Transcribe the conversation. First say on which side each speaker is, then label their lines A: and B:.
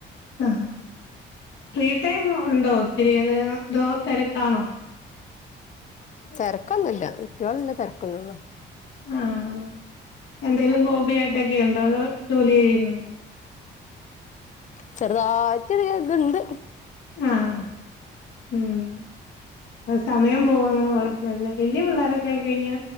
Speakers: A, on the left; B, on the left.
A: ആഹ് ഫ്രീ ടൈം ഉണ്ടോ ഒത്തിരി അതോ ന്തോ തെരക്കാണോ
B: തെരക്കൊന്നുല്ല. കൂട്ട്യോള്ള്ള തെര്ക്കെന്നെള്ളൂ
A: ആഹ് എന്തേലും ഹോബിയായിട്ടൊക്കെ ണ്ടോ അതോ ജോലി ചെയ്യുന്നുണ്ടോ
B: ചെറ്തായിട്ട് ഒരു ഇത്ണ്ട്
A: ആഹ് ഉം സമയം പോകുന്നത് കൊഴപ്പമില്ല. വല്ല്യ പിള്ളോരൊക്കെ ആയി കഴിഞ്ഞാ